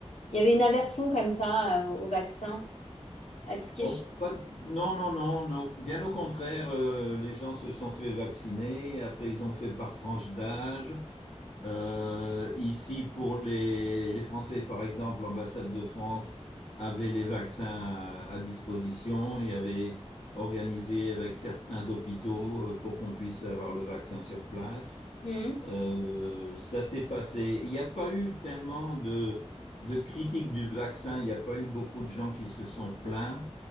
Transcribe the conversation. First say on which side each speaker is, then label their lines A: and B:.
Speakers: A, on the left; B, on the left.
A: il y avait une aversion comme ça euh, au vaccin, à tout ce qui
B: Oh,
A: est... chi-
B: pas- Non, non, non, non. Bien au contraire, euh, les gens se sont fait vacciner. Après, ils ont fait par tranche d'âge. Euh, ici, pour les, les Français, par exemple, l'ambassade de France avait les vaccins à, à disposition et avait organisé avec certains hôpitaux euh, pour qu'on puisse avoir le vaccin sur place.
A: Mhm.
B: Euh, ça s'est passé. Il n'y a pas eu tellement de, de critiques du vaccin. Il n'y a pas eu beaucoup de gens qui se sont plaints.